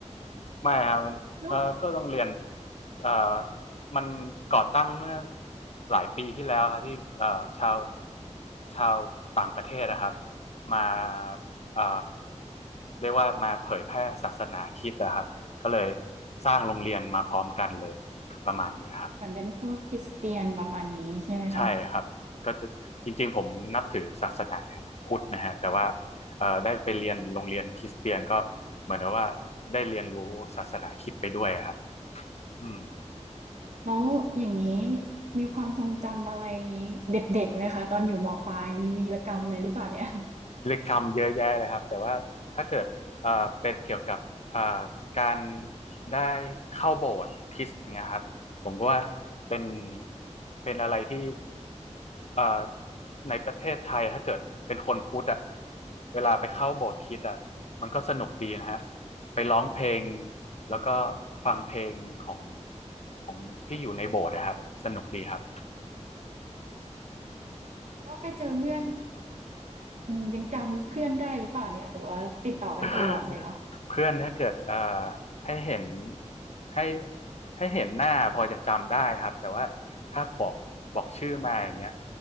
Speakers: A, on the left (about 60°); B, on the right (about 70°).
A: ไม่ครับมันเออก็โรงเรียน
B: แล้ว
A: เออมันก่อตั้งเมื่อหลายปีที่แล้วครับที่เออชาวชาวต่างประเทศนะครับมาเออเรียกว่ามาเผยแพร่ศาสนาคริสต์นะครับก็เลยสร้างโรงเรียนมาพร้อมกันเลยประมาณนี้ครับ
B: เหมือนเป็นพวกคริสเตียนประมาณนี้ใช่ไหมคะ
A: ใช่ครับก็จะจริงๆผมนับถือศาสนาพุทธนะฮะแต่ว่าเอ่อได้ไปเรียนโรงเรียนคริสเตียนก็เหมือนกับว่าได้เรียนรู้ศาสนาคริสต์ไปด้วยครับอืม
B: แล้วอย่างงี้มีความทรงจำอะไรเด็ดๆไหมคะตอนอยู่มปลายมีวีรกรรมอะไรหรือเปล่าเนี่ย
A: เรียกรำเยอะแยะเลยครับแต่ว่าถ้าเกิดเอ่อเป็นเกี่ยวกับเอ่อการได้เข้าโบสถ์คริสต์อย่างเงี้ยครับผมก็ว่าเป็นเป็นอะไรที่เอ่อในประเทศไทยถ้าเกิดเป็นคนพุทธอ่ะเวลาไปเข้าโบสถ์คริสต์อ่ะมันก็สนุกดีนะฮะไปร้องเพลงแล้วก็ฟังเพลงของของที่อยู่ในโบสถ์นะครับสนุกดีครับ
B: แล้วไปเจอเพื่อนอืมยังจำเพื่อนได้หรือเปล่าเนี่ยหรือว่าติดต่อกันตลอดเลยคะ
A: <laughs> เพื่อนถ้าเกิดเอ่อให้เห็นให้ให้เห็นหน้าพอจะจำได้ครับแต่ว่าถ้าบอกบอกชื่อมาอย่างเงี้ย